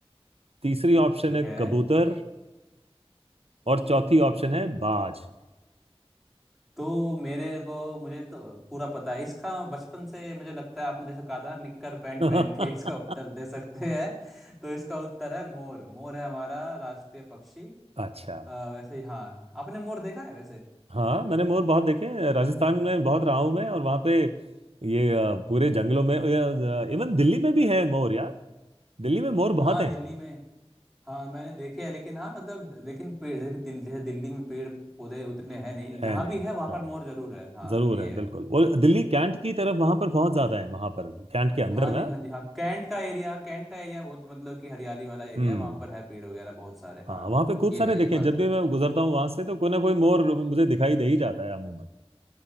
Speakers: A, on the right (about 70°); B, in the centre.
A: तीसरी ऑप्शन
B: ठीक
A: है
B: है
A: कबूतर और चौथी ऑप्शन है बाज
B: तो मेरे को मुझे तो पूरा पता है इसका बचपन से मुझे लगता है आपने जैसे कहा था ना निक्कर पैंट
A: <laughs>
B: पहन के <laughs> इसका उत्तर दे सकते हैं तो इसका उत्तर है मोर मोर है हमारा राष्ट्रीय पक्षी
A: अच्छा
B: अ, वैसे ही हाँ हाँ। आपने मोर देखा है वैसे
A: हाँ मैंने मोर बहुत देखे हैं। राजस्थान में बहुत रहा हूं मैं और वहां पे ये अ, पूरे जंगलों में इवन दिल्ली में भी है मोर यार दिल्ली में मोर बहुत
B: हाँ
A: हैं
B: दिल्ली में हाँ मैंने देखे है लेकिन हाँ मतलब लेकिन पेड़ जैसे कि दिल, जैसे दिल्ली में पेड़ पौधे उतने हैं नहीं जहाँ
A: है नहीं
B: भी है वहाँ
A: हाँ
B: पर मोर जरूर है हाँ
A: जरूर
B: ये
A: है बिल्कुल
B: है
A: वो दिल्ली कैंट की तरफ वहां पर बहुत ज्यादा है वहां पर कैंट के अंदर
B: हाँ
A: ना
B: जी हाँ जी हाँ कैंट का एरिया कैंट का एरिया बहुत मतलब कि हरियाली वाला एरिया
A: हम्म
B: है वहाँ पर है पेड़ वगैरह बहुत सारे हाँ
A: हाँ वहां पे खूब
B: ये
A: सारे
B: है
A: देखे
B: ये
A: हैं।
B: बात
A: जब भी
B: है
A: मैं गुजरता हूँ वहां से तो कोई ना कोई मोर मुझे दिखाई दे ही जाता है अमूमन